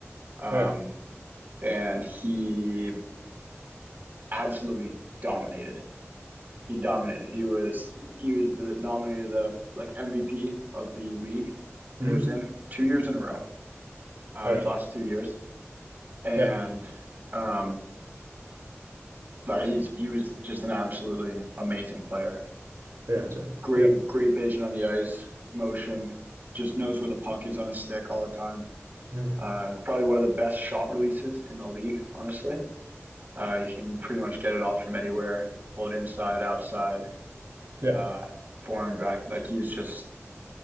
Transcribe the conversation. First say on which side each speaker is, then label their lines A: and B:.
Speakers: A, on the right; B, on the right.
A: Um,
B: All right.
A: and he absolutely dominated. He dominated. He was he was the nominated the like MVP of the league that
B: Mm-hmm.
A: he was in two years in a row. Uh,
B: All right.
A: his last two years, and
B: Yeah,
A: um. But he's he was just an absolutely amazing player.
B: I gotcha.
A: Great,
B: Yeah,
A: great vision on the ice, motion, just knows where the puck is on his stick all the time.
B: Mhm.
A: Uh, probably one of the best shot releases in the league, honestly. Uh, you can pretty much get it off from anywhere, pull it inside, outside,
B: yeah,
A: uh, forehand, back. Like he's just